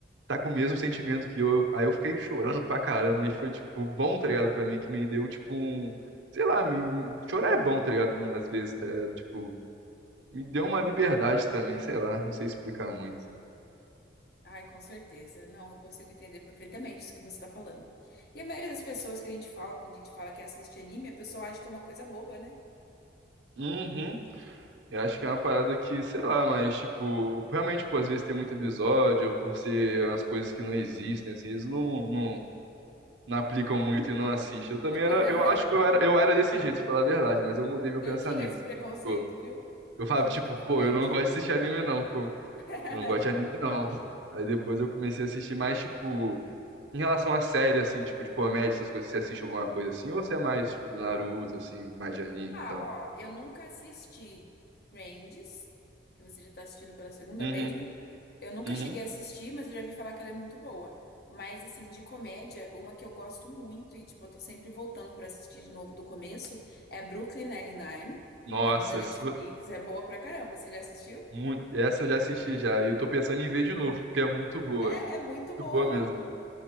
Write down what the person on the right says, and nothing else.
tá com o mesmo sentimento que eu. Aí eu fiquei chorando pra caramba e foi, tipo, bom, tá ligado? Pra mim, que me deu, tipo, um... Sei lá, me... chorar é bom, tá ligado? Às vezes, tá ligado? Tipo, me deu uma liberdade também, sei lá, não sei explicar muito.
Uhum. Eu acho que é uma parada que, sei lá, mas, tipo, realmente, tipo, às vezes tem muito episódio, ou por ser umas coisas que não existem, assim, eles não, não não aplicam muito e não assistem. Eu também
era, eu acho que eu era, eu era desse jeito, de falar a verdade, mas eu mudei meu
pensamento.
Tipo,
eu falava,
tipo,
pô, eu não gosto de assistir anime, não. pô.
Eu não gosto de anime, não. Aí depois eu comecei a assistir mais, tipo, em relação a série, assim, tipo, de comédia, essas coisas, você assiste alguma coisa assim, ou você é mais, tipo, do Naruto, assim, mais de anime
e tal?
Uhum,
uhum.
Nossa,
se-
mu- essa eu já assisti já, e eu tô pensando em ver de novo, porque é muito boa,
muito
boa mesmo.